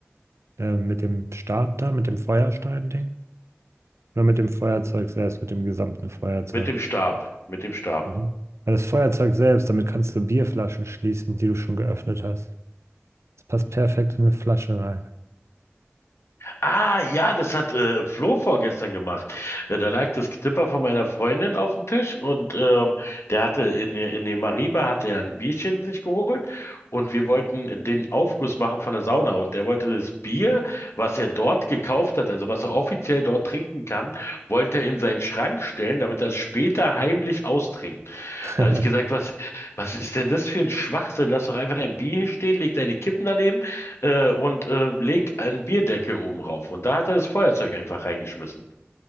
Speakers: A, on the right; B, on the left.
A: äh, mit dem Stab da, mit dem Feuerstein-Ding. Oder mit dem Feuerzeug selbst, mit dem gesamten Feuerzeug.
B: Mit dem Stab, mit dem Stab.
A: Mhm. Weil das Feuerzeug selbst, damit kannst du Bierflaschen schließen, die du schon geöffnet hast. Das passt perfekt in eine Flasche rein.
B: Ah, ja, das hat äh, Flo vorgestern gemacht. Äh, da lag das Knipper von meiner Freundin auf dem Tisch und ähm, der hatte in, der- in dem Mariba hatte er ein Bierchen sich geholt und wir wollten den Aufguss machen von der Sauna und der wollte das Bier, was er dort gekauft hat, also was er offiziell dort trinken kann, wollte er in seinen Schrank stellen, damit er es später heimlich austrinkt.
A: <laughs>
B: Da habe ich gesagt, was, was ist denn das für ein Schwachsinn? Lass doch einfach dein Bier hier stehen, leg deine Kippen daneben äh, und äh, leg einen Bierdeckel oben rauf. Und da hat er das Feuerzeug einfach reingeschmissen.